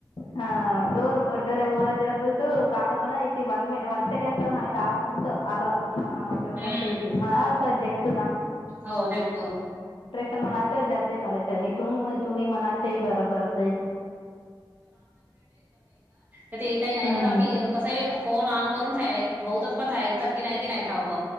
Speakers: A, on the left (about 80°); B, on the right (about 20°).
A: हा डोर ब डोर बोर जस बतो का म्हणा इ वन मि वन सेकंड तो ह काक तो आला <unintelligible> महााम च
B: हम्म
A: मेसेज मा त अध्यक्ष ना
B: हो देतो
A: पण मनाच्या जातय मला आणि तुम तुम्ही मनाच्या बरोबर असं आहे
B: तेथही
A: हम्म
B: ऐकतात की कसं फोन ऑन करून ठेव <unintelligible> ठावतात पण ऐकात की नाही की नाही ठावक